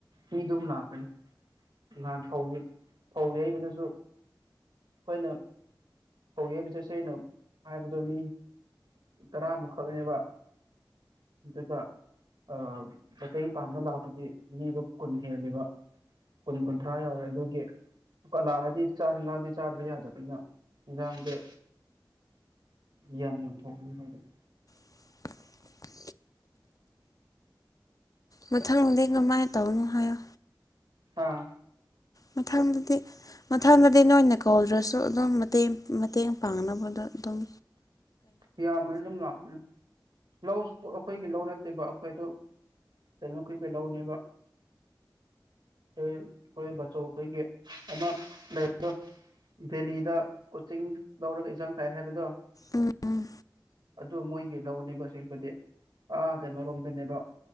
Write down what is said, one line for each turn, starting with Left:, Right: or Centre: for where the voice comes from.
Right: ꯃꯤ ꯑꯗꯨꯝ ꯂꯥꯛꯀꯅꯤ ꯅꯍꯥꯟ ꯐꯧꯒꯤ ꯐꯧ ꯌꯩꯕꯗꯁꯨ ꯑꯩꯈꯣꯏꯅ ꯐꯧ ꯌꯦꯕ ꯆꯠꯁꯦꯅ ꯍꯥꯏꯕꯗꯣ ꯃꯤ ꯇꯔꯥꯃꯨꯛꯈꯛꯅꯦꯕ ꯏꯠꯇꯀ ꯑ ꯃꯇꯦꯡ ꯄꯥꯡꯝꯕ ꯂꯥꯛꯄꯗꯤ ꯃꯤꯗꯣ ꯀꯨꯟ ꯍꯦꯜꯂꯤꯕ ꯀꯨꯟ ꯀꯨꯟꯊ꯭ꯔꯥ ꯌꯥꯎꯔꯦ ꯑꯗꯨꯒꯤ ꯂꯥꯛꯗꯤ ꯆꯥ ꯂꯥꯗ ꯆꯥꯗ ꯂꯩ ꯌꯥꯗ ꯄ ꯂꯗ ꯏ ꯌꯥꯝ ꯊꯣꯛꯣꯡꯅꯤ ꯍꯥꯏꯗꯦ
Left: <unintelligible> ꯃꯊꯪꯗꯤ ꯀꯃꯥꯏꯅ ꯇꯧꯅꯣ ꯍꯥꯏꯌꯣ
Right: ꯑꯥ
Left: ꯃꯊꯪꯗꯗꯤ ꯃꯊꯪꯗꯗꯤ ꯅꯣꯏꯅ ꯀꯧꯗ꯭ꯔꯁꯨ ꯑꯗꯨꯝ ꯃꯇꯦꯡ ꯃꯇꯦꯡ ꯄꯥꯡꯅꯕꯗꯣ ꯑꯗꯨꯗꯝ
Right: ꯌꯥ ꯃꯝ ꯂꯥꯛ ꯂ ꯄꯣ ꯑꯩꯈꯣꯏꯒꯤ ꯂꯧ ꯅꯠꯇꯦꯕ ꯑꯩꯈꯣꯏ ꯑꯗꯨ ꯆꯩꯅꯣ ꯑꯩꯈꯣꯏꯒ ꯂꯧꯅꯦꯕ ꯑꯩꯈꯣꯏ ꯑꯩꯈꯣꯏ ꯕꯥꯆꯧ ꯑꯩꯈꯣꯏꯒꯤ ꯑꯃ ꯂꯩꯗꯣ ꯗꯦꯂꯤꯗ ꯀꯣꯆꯤꯡ ꯂꯧꯔꯒ ꯑꯦꯛꯖꯥꯝ ꯊꯥꯏ ꯍꯥꯏꯕꯗꯣ
Left: ꯎꯝ ꯎꯝ
Right: ꯑꯗꯨ ꯃꯣꯏꯒꯤ ꯂꯧꯅꯦꯕꯁꯦꯡꯕꯗꯤ ꯑꯥ ꯀꯩꯅꯣꯔꯣꯝꯗꯅꯦꯕ